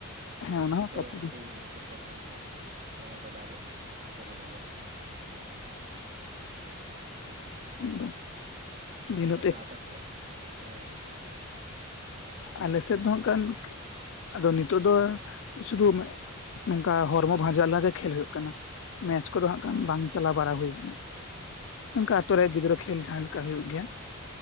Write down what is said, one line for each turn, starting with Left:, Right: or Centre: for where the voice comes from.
Left: ᱦᱮᱸ
Right: ᱴᱮᱠᱥᱤ
Left: ᱚᱱᱟ ᱦᱚᱸ
Right: ᱫᱚ
Left: ᱠᱟᱛᱷᱟ ᱜᱮ
Right: ᱟᱹᱰᱤ ᱫᱚᱨᱠᱟᱨ ᱠᱟᱱ ᱜᱮᱭᱟᱭ ᱢᱟᱱᱮ ᱜᱚᱰᱟ ᱨᱮ ᱟᱛᱳ ᱜᱚᱰᱟ ᱠᱚᱨᱮ ᱦᱮᱸ
Left: ᱮᱠᱫᱚᱢ ᱫᱤᱱᱟᱹᱢ
Right: ᱱᱚᱛᱮ ᱟᱯᱮ ᱥᱮᱫ ᱦᱮᱸ
Left: ᱟᱞᱮᱥᱮᱫ ᱫᱚ ᱚᱱᱠᱟᱱ ᱟᱫᱚ ᱱᱤᱛᱚᱜ ᱫᱚ ᱥᱩᱫᱩ ᱱᱚᱝᱠᱟ ᱦᱚᱲᱢᱚ ᱵᱷᱟᱡᱟ ᱞᱟᱜᱟᱜ ᱠᱷᱮᱞ ᱦᱩᱭᱩᱜ ᱠᱟᱱᱟ ᱢᱮᱪ ᱠᱚᱫᱚ ᱦᱟᱜ ᱠᱟᱱ
Right: ᱦᱳᱭ
Left: ᱵᱟᱝ ᱪᱟᱞᱟᱣ ᱵᱟᱲᱟ ᱦᱩᱭ ᱠᱟᱱᱟ ᱱᱚᱝᱠᱟ
Right: ᱦᱳᱭ
Left: ᱟᱛᱩ ᱨᱮ ᱜᱤᱫᱽᱨᱟᱹ ᱠᱚ ᱠᱷᱮᱞ ᱡᱟᱦᱟᱸ ᱞᱮᱠᱟ ᱦᱩᱭᱩᱜ ᱜᱮᱭᱟ